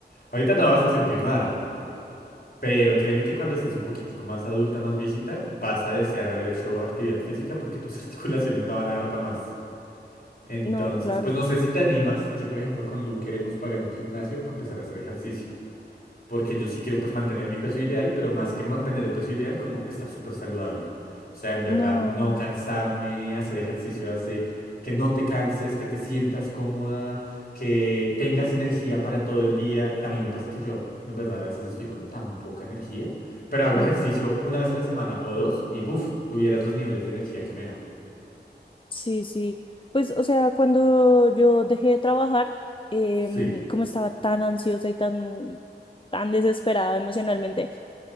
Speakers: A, on the left; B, on the left.
A: ahorita no vas a sentir nada, pero créeme que cuando estés un poquitico más adulta, más viejita, vas a desear haber hecho actividad física porque tus <laughs> articulaciones no van a dar para más. Entonces,
B: No, claro,
A: pues no sé si te animas, yo por ejemplo con Lu queremos pagar un gimnasio para empezar a hacer ejercicio. Porque yo sí quiero pues mantener mi peso ideal, pero más que mantener el peso ideal, como estar súper saludable. O sea, en verdad,
B: no.
A: no cansarme, hacer ejercicio hace que no te canses, que te sientas cómoda, que tengas energía para todo el día. A mí me pasa que yo, en verdad, a veces estoy con tan poca energía, pero hago
B: mm,
A: ejercicio una vez a la semana o dos y buf, tuvieras los niveles de energía que me da.
B: Sí, sí. Pues, o sea, cuando yo dejé de trabajar, em,
A: Sí,
B: como estaba tan ansiosa y tan, tan desesperada emocionalmente,